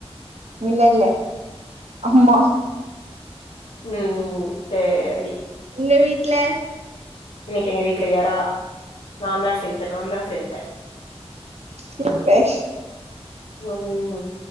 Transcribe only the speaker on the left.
ம் ம் ம் சேரி
இன்னைக்கி எங்க வீட்ல எறா நா தா செஞ்ச நா தா செஞ்ச
ஆமா ஆமா